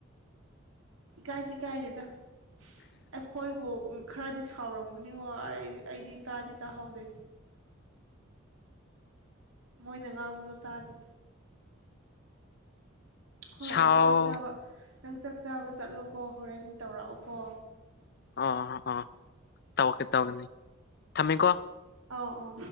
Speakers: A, on the right; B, on the left.
A: ꯏ ꯀꯥꯏ ꯁꯨ ꯏꯀꯥꯏꯗꯦꯗ꯫ ꯑꯦ ꯑꯣꯈꯣꯏꯕꯨ ꯈꯔꯥꯗꯤ꯫ ꯁꯥꯎꯔꯝꯒꯅꯤ ꯀꯣ ꯑꯩꯗꯤ ꯑꯩꯗꯤ ꯇꯥꯗꯤ ꯇꯥꯍꯧꯗꯦ꯫ ꯃꯣꯏꯅ ꯉꯥꯡꯕꯗꯣ ꯇꯥꯗꯦ꯫ ꯍꯣꯏ
B: ꯁꯥꯎ
A: ꯅꯪ ꯆꯥꯛ ꯆꯥꯕ꫰꯫ ꯅꯪ ꯆꯥꯛ ꯆꯥꯕ ꯆꯠꯂꯣꯀꯣ ꯍꯣꯔꯦꯟ ꯇꯧꯔꯛꯑꯣꯀꯣ꯫
B: ꯑꯥꯥ ꯑꯥ ꯇꯧꯔꯀꯦ ꯇꯧꯒꯅꯤ ꯊꯝꯃꯦꯀꯣ꯫
A: ꯑꯥ ꯑꯥ꯫